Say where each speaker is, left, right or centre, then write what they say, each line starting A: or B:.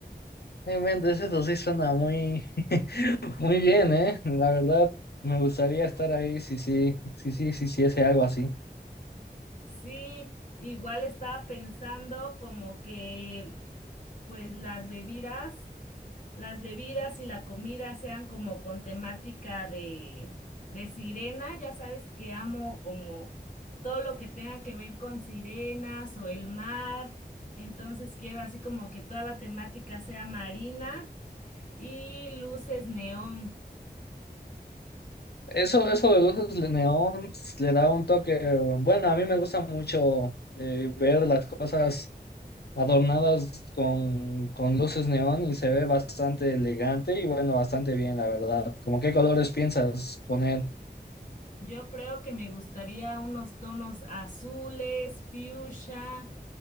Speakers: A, on the left; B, on the left.
A: En mente, eso sí suena muy, <laughs> muy bien, ¿eh? La verdad, me gustaría estar ahí si sí, sí, sí, sí, sí, sí, hiciese algo así.
B: Sí, igual estaba pensando como que pues las bebidas. las bebidas y la comida sean como con temática de, de sirena. Ya sabes que amo como todo lo que tenga que ver con sirenas o el mar. Entonces quiero así como que toda la temática sea marina y luces neón.
A: Eso, eso de luces de neón le da un toque. Bueno, a mí me gusta mucho eh, ver las cosas adornadas con, con luces neón y se ve bastante elegante y bueno, bastante bien, la verdad. ¿Cómo qué colores piensas poner?
B: Yo creo que me gustaría unos tonos azules, fucsia,